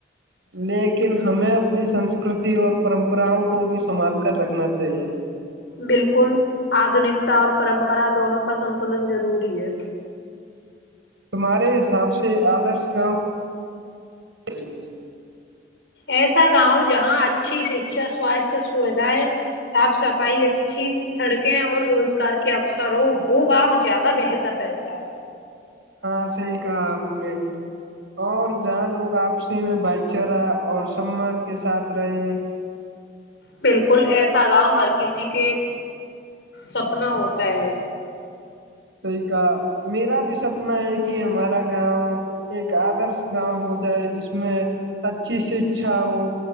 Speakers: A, on the right; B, on the left.
A: نیک <unintelligible> ن ہمیں اپنی سنسک <unintelligible> سکرتی اور پرمپراؤں کو بھی سنبھال کر رکھنا چاہیے <unintelligible>
B: بالکل آدنکتا اور پرمپرا دونوں کا سنتلن ضروری ہے
A: تمہارے حساب سے آدرش گاؤں چاہیے
B: ایسا گاؤں جہاں اچھی شکشا سواستھ سویدھایں صاف صفائی اچھی سڑکیں اور روزگار کے اوسر ہو وہ گاؤں زیادہ بہتر رہتا ہے
A: ہاں صحیح کہا آپ نے اور جہاں لوگ آپسی میں بائک چرا اور سمان <unintelligible> کے ساتھ رہیں <unintelligible>
B: بالکل ایسا گاؤ ہر کسی کے سپنا ہوتا ہے
A: صی کہا میرا بھی سپنا ہے کہ ہمارا گاؤں ایک آدرش گاؤں ہو جائے جس میں اچھی شکھا ہو